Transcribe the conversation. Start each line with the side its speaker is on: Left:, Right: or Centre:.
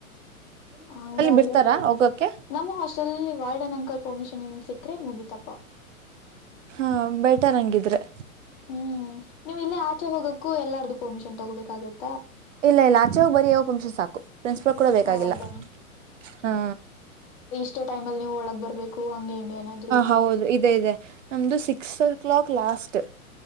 Left: ಹಂಗಾದ್ರೆ
Right: ಬಿಡ್ತಾರಾ
Left: ಸರಿ
Right: ಹೋಗಕ್ಕೆ
Left: ನಮ್ಮ ಹಾಸ್ಟೆಲ್ ವಾರ್ಡನ್ ಅಂಕಲ್ ಪರ್ಮಿಷನ್ ಇನ್ ಸಿಕ್ಕ್ರೆ ಮುಗಿತಪ್ಪ
Right: ಹಾ ಬೇಟರ್ ಹಂಗಿದ್ರೆ
Left: ಹ್ಮ್ ನೀವು್ ಇಲ್ಲೇ ಆಚೆ ಹೋಗಕ್ಕು ಎಲ್ಲಾರ್ದು ಪರ್ಮಿಷನ್ ತಗೋಬೇಕಾಗತ್ತೆ
Right: ಇಲ್ಲ ಇಲ್ಲ ಆಚೆ ಹೋಗ್ ಬರೀ ಯಾವೋ ಪಫಮಿಕ್ಷನ್ ಸಾಕು ಪ್ರಿನ್ಸಿಪಾ ಕೂಡ ಬೇಕಾಗಿಲ್ಲ
Left: ಹೌದಾ
Right: ಹಾ
Left: ಅಷ್ಟೇ ಟೈಮ್ ಅಲ್ಲಿ ನೀವು ಒಳಗ್ ಬರ್ಬೇಕು ಹಂಗೆ ಹಿಂಗೆ ಏನಾದ್ರು ಇದೆಯಾ
Right: ಹೌದು ಇದೆ ಇದೆ ನಮ್ದು ಸಿಕ್ಸ್ ಓ ಕ್ಲಾಕ್ ಲಾಸ್ಟ್